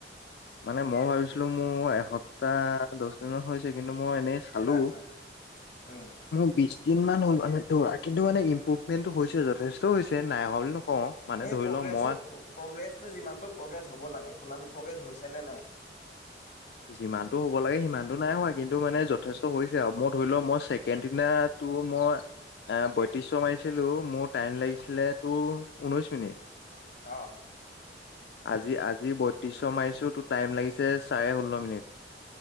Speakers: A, on the left; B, on the left.
A: মানে মই ভাবিছিলো মোৰ এসপ্তাহ, দশ দিনমান হৈছে কিন্তু মই এনে চালো।
B: নাই হোৱা উম।
A: মোৰ বিশ দিন মান হ'ল মানে দৌৰা, কিন্তু মানে ইম্প্ৰুভমেন্টটো হৈছে। যথেষ্ট হৈছে, নাই হোৱা বুলি নকওঁ। মানে
B: এই
A: ধৰি
B: প্ৰগ্ৰেছটো,
A: লও মই
B: প্ৰগ্ৰেছটো যিমানটো প্ৰগ্ৰেছ হ'ব লাগে সিমানটো প্ৰগ্ৰেছ হৈছে নে নাই?
A: যিমানটো হ'ব লাগে সিমানটো নাই হোৱা, কিন্তু মানে যথেষ্ট হৈছে আৰু। মই ধৰি লোৱা, মই ছেকেণ্ড দিনা তো মই এ বত্ৰিশ' মাৰিছিলো, মোৰ টাইম লাগিছিলে তোৰ ঊনৈশ মিনিট।
B: অহ।
A: আজি আজি বত্ৰিশ' মাৰিছো, তো টাইম লাগিছে চাৰে ষোল্ল মিনিট। <inaudible>